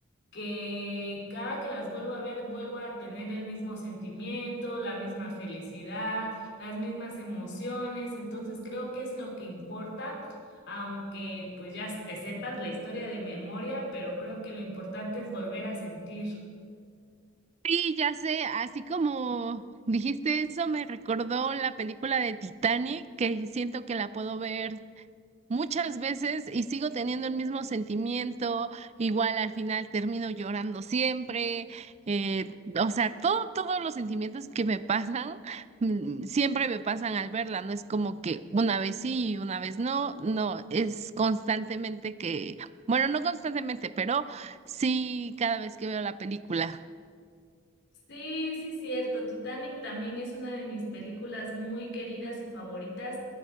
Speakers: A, on the left; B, on the right.
A: que cada que las vuelvo a ver, vuelvo a tener el mismo sentimiento, la misma felicidad, las mismas emociones. Entonces creo que es lo que importa, aunque pues ya te sepas la historia de memoria, pero creo que lo importante es volver a sentir.
B: Sí, ya sé, así como dijiste eso, me recordó la película de Titanic, que siento que la puedo ver Muchas veces y sigo teniendo el mismo sentimiento, igual al final termino llorando siempre, eh, o sea, todo, todos los sentimientos que me pasan, mm, siempre me pasan al verla, no es como que una vez sí y una vez no, no, es constantemente que, bueno, no constantemente, pero sí cada vez que veo la película.
A: Sí, sí, cierto. Titanic también es una de mis películas muy queridas y favoritas